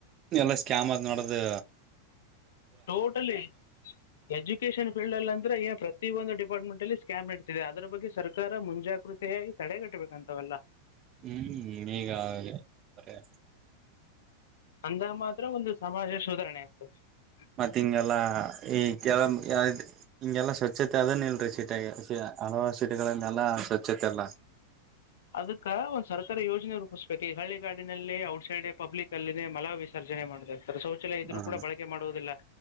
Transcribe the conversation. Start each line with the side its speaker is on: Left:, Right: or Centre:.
Right: ಎಲ್ಲಾ ಕ್ಯಾಮದ್ ನಡದು
Left: ಟೋಟಲಿ ಎಜುಕೇಶಷನ್ ಫೀಲ್ಡ್ ಅಲ್ಲಿ ಅಂತ್ರೆ ಏನ್ ಪ್ರತಿಯೊಂದು ಡಿಪಾರ್ಟ್ಮೆಂಟ್ ಅಲ್ಲಿ ಸ್ಕ್ಯಾಮ್ ನಡೀತಿದೆ, ಅದರ ಬಗ್ಗೆ ಸರ್ಕಾರ ಮುಂಜಾಗ್ರತೆಯಾಗಿ ತಡೆಗಟ್ಟಬೇಕು ಅಂತವೆಲ್ಲ.
Right: ಹ್ಮ್ ಈಗ ಸರಿ
Left: ಅಂದಾಗ ಮಾತ್ರ ಒಂದು ಸಮಾಜ ಸುಧಾರಣೆ ಆತೆ. ಸ
Right: ಮತ್ತ ಹಿಂಗೆಲ್ಲಾ ಈ <unintelligible> ಹಿಂಗೆಲ್ಲಾ ಸ್ವಚ್ಛತೆ ಅದನ್ ಇಲ್ರಿ ಸೀಟೆಗೆ ಹಲವಾರು ಸೀಟಗಳಿಂದೆಲ್ಲಾ ಸ್ವಚ್ಛತೆ ಎಲ್ಲ
Left: ಅದಕ್ಕ ಒಂದ್ ಸರ್ಕಾರ ಯೋಜನೆ ರೂಪಿಸ್ಬೇಕು, ಈ ಹಳ್ಳಿಗಾಡಿನಲ್ಲಿ ಔಟ್ಸೈಡ್ ಪಬ್ಲಿಕ್ ಅಲ್ಲಿನೇ ಮಲ ವಿಸರ್ಜನೆ ಮಾಡ ರ ಶೌಚಯ ಇದ್ರೂ
Right: ಹ
Left: ಕೂಡ ಬಳಕೆ ಮಾಡುವುದಿಲ್ಲ.